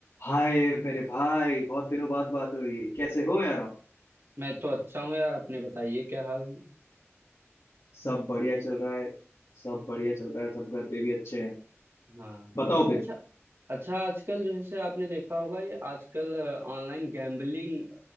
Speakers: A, on the left; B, on the right.
A: हाय मेरे भाई बहुत दिनों बाद बात हो रही है कैसे हो यार आप
B: मैं तो अच्छा हूँ यार अपने बताइए क्या हाल है?
A: सब बढ़िया चल रहा है सब बढ़िया चल रहा है सब घर पे भी अच्छे हैं
B: हाँ
A: बताओ फिर
B: अच्छा अच्छा आजकल जो है से आपने देखा होगा ये आजकल ऑनलाइन गैम्बलिंग